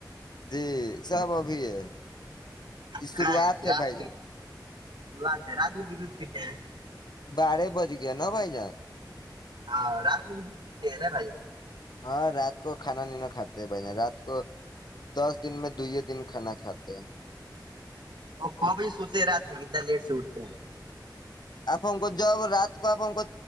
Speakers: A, on the left; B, on the right.
A: جی سب ابھی ہے یہ
B: نہیں
A: شروعات ہے
B: رات
A: بھائی جان
B: شروعات ہے رات میں بھی دودھ پیتے ہیں
A: بارے بج ج ن بائی جار
B: ہاں رات بھی د ن بھ
A: ہاں رات کو کھانا نہیں ن کھاتے بہن رات کو دس دن میں دوے دن کھانا کھاتے ہیں
B: اور کبھی سوتے رات نہیں انا لیٹ سے اٹھتے
A: آپ ہم کو جب رات کو آپ ہم کو